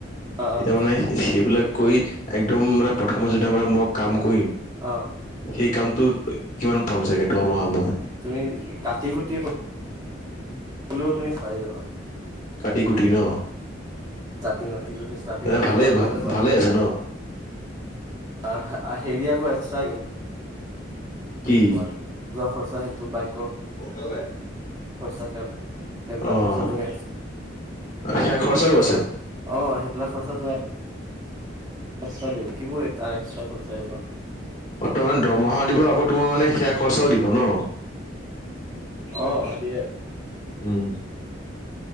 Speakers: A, on the right (about 20°); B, on the left (about 40°).
A: অ অ
B: এতিয়া মানে সেইবিলাক কৰি একদম মানে প্ৰথমত যেতিয়া মানে মই কাম কৰিম,
A: অঁ'।
B: সেই কামটো কিমান পাম চাগে দৰমহা মই?
A: তুমি কাটি কুটি হলেও তুমি খাই যাবা।
B: কাটি কুটি ন!
A: ষ্টাৰ্টিঙতে সিহঁতে, ষ্টাৰ্টিঙতে
B: এ ভালেই
A: সিমান পাই যাবা
B: ভালে আছে ন?
A: আহ হেৰি আকৌ এক্সট্ৰা কিন্তু,
B: কি?
A: কিন্তু, তোমাৰ যোৱা খৰচা সেইটো বাইকৰ
B: সোনকালে-
A: খৰচা সেইবিলাক
B: অহ।
A: খৰচা পাই
B: সেয়া খৰচাও আছে।
A: যাবা অহ, সেইবিলাক খৰচাটো এক্সট্ৰা দিব, কিব এটাৰ এক্সট্ৰা খৰচা আহিব।
B: বৰ্তমান দৰমহাও দিব আকৌ তোমাৰ মানে সেয়া খৰচাও দিব ন!
A: অহ, দিয়ে।
B: উম।